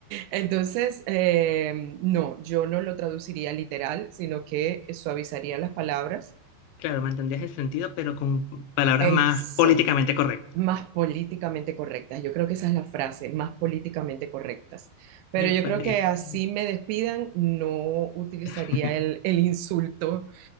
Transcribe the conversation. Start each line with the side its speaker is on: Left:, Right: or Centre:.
Right: Entonces, eh, no, yo no lo traduciría literal, sino que suavizaría las palabras.
Left: Claro, mantendrías el sentido, pero con palabras
Right: Eso,
Left: más políticamente correctas.
Right: más políticamente correctas. Yo creo que esa es la frase, más políticamente correctas. Pero
Left: Me
Right: yo
Left: parece.
Right: creo que así me despidan, no utilizaría
Left: <laughs>
Right: el, el insulto,